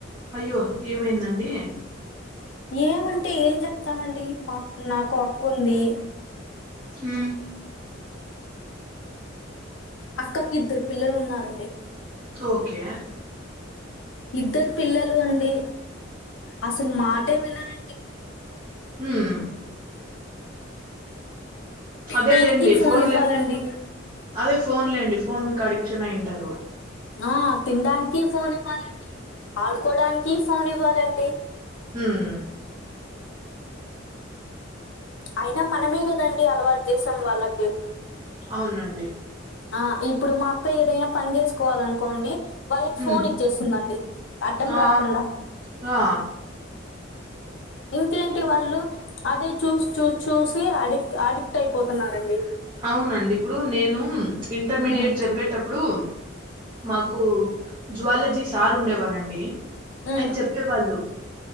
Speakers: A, on the right (about 25°); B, on the left (about 75°).
A: అయ్యో ఏమైందండి
B: ఏమంటే ఏం జెప్తామండి మాక్ నాకో అక్కుంది
A: హుమ్
B: అక్కక్ ఇద్దర్ పిల్లలు ఉన్నారండి
A: ఓకే
B: ఇద్దరు పిల్లలు అండి అసలు మాటే వినరె
A: ఊహ్మ్
B: తినడానికి
A: అదే లేండి ఫోన్
B: ఇవ్వాలండి
A: లేత్ అదే ఫోన్ లేండి ఫోన్ కడిక్షన్ అయ్యుంటారు
B: ఆ తిండానికి ఫోన్ ఇవ్వాలండి ఆడుకోవడానికి ఫోన్ ఇవ్వాలండి
A: ఉమ్మ్
B: అయినా మనమే కదండి అలవాట్ జేసాం వాళ్ళకి
A: అవునండి
B: ఆ ఇప్పుడు మా అక్క ఏదైనా పన్ చేసుకోవాలనుకోండి వాళ్ళక్ ఫోన్
A: ఉమ్
B: ఇచ్చేస్తుందండి అడ్డం
A: ఆ
B: రాకుండా
A: ఆ
B: ఇంకేంటి వాళ్ళు అదే చూస్ చూస్ చూసి అడిక్ అడిక్ట్ అయిపోతున్నారండి
A: అవునండి ఇప్పుడు నేను ఇంటర్మీడియట్
B: ఉమ్
A: చదివేటప్పుడు మాక్ కు జువాలజీ సార్ ఉండేవారండి
B: ఉమ్
A: ఆయన్ చెప్పేవాళ్ళు